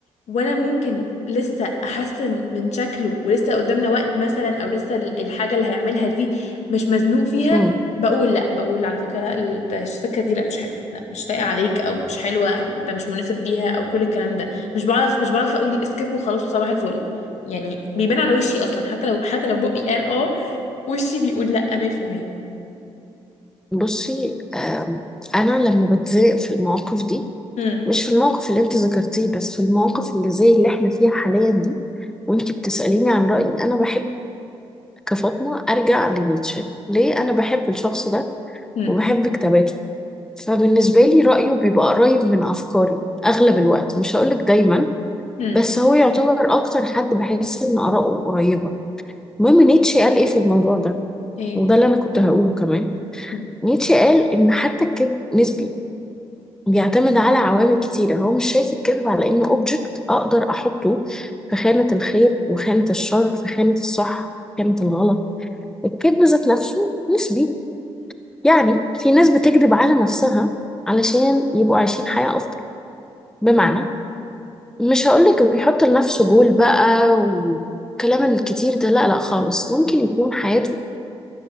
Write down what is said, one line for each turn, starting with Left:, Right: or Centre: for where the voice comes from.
Left: وانا ممكن لسه احسن من شكله ولسه قدامنا وقت مثلا او لسه ال- الحاجه اللي هيعملها دي مش مزنوق فيها
Centre: مم.
Left: بقول لا بقول على فكره لا ال- ده الفكره دي لا مش حلوه لا مش لايقه عليك او مش حلوه او ده مش مناسب ليها او كل الكلام ده مش بعرف مش بعرف اقول سكيب وخلاص وصباح الفل يعني بيبان على وشي اصلا حتى لو حتى لو بقي قال اه وشي بيقول لا 100%
Centre: بصي آم، أنا لما بتضايق في المواقف دي
Left: امم
Centre: مش في الموقف اللي انت ذكرتيه بس في المواقف اللي زي اللي احنا فيها حاليا دي وانت بتسأليني عن رأيي انا بحب كفاطمة ارجع لنيتشه ليه انا بحب الشخص ده
Left: امم
Centre: وبحب كتاباته فبالنسبة لي رأيه بيبقى قريب من افكاري اغلب الوقت مش هقولك دايما
Left: امم
Centre: بس هو يعتبر اكتر حد بحس ان آراءه قريبة المهم نيتشه قال ايه في الموضوع ده
Left: ايه
Centre: وده اللي انا كنت هقوله كمان
Left: امم
Centre: نيتشه قال ان حتى الكذب نسبي بيعتمد على عوامل كتيرة هو مش شايف الكذب على إنه أوبجكت أقدر أحطه في خانة الخير وخانة الشر في خانة الصح في خانة الغلط الكذب ذات نفسه نسبي يعني في ناس بتكذب على نفسها علشان يبقوا عايشين حياة أفضل بمعنى مش هقولك بيحط لنفسه جول بقى والكلام الكتير ده لا لا خالص ممكن يكون حياته